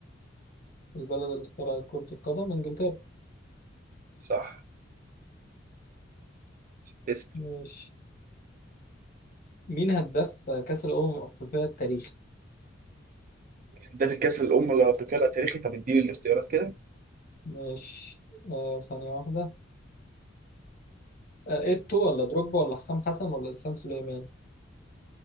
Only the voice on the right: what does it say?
صح اسم
ده في الكاس الأمم الأفريقية التاريخي طب اديني الاختيارات كده